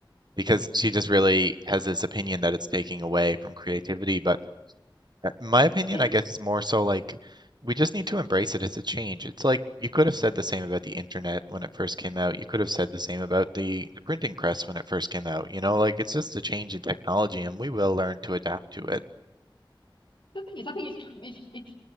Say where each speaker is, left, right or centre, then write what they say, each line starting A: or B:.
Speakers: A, on the right; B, on the left.
A: because she just really has this opinion that it's taking away from creativity. But uh, My opinion,
B: it's
A: I guess, is more so like we just need to embrace it. It's a change. It's like you could have said the same about the internet when it first came out. You could have said the same about the, the printing press when it first came out. You know, like it's just a change in technology, and we will learn to adapt to it.
B: The thing is, I think it's it's it's